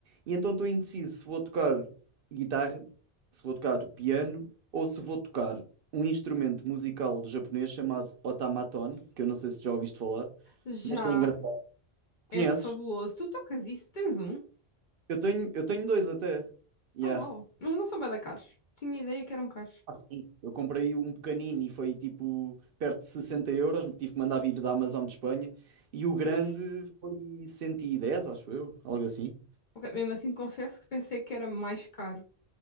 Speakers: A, on the right; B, on the left.
A: e então estou indeciso se vou tocar guitarra, se vou tocar piano ou se vou tocar um instrumento musical japonês chamado otamaton, que eu não sei se já ouviste falar,
B: já
A: mas que é engraçado.
B: é
A: Conheces?
B: fabuloso. Tu tocas isso? Tens um?
A: Eu tenho, eu tenho dois até. Yeah.
B: Oh, uau. Mas não são bué da caros. Tinha ideia que eram caros.
A: Ah, sim. Eu comprei um pequenino e foi tipo perto de 60 euros, tive que mandar vir da Amazon de Espanha, e o grande
B: Ai,
A: foi cento e dez acho eu, algo assim.
B: ok, Mesmo assim, confesso que pensei que era mais caro.